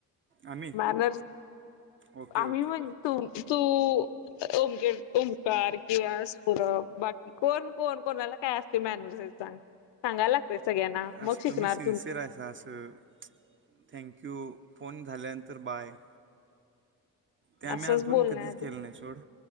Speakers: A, on the right; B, on the left.
A: आम्ही
B: मॅनर्स
A: ओके
B: आम्ही
A: ओके
B: म्हण तु तू ओं ओंकार किंवा सौरभ बाकी कोण कोण कोणाला काय अस मॅनर्सयत सांग सांगायला लागतय सगळ्यांना
A: असं
B: मग शिकणार
A: तुम्ही सिनसियर हायसा असं थँक्यू, फोन झाल्यानंतर बाय ते आम्ही
B: असंच
A: आजपर्यंत
B: बोलण्याआधी
A: कधीच केलं नाय सोड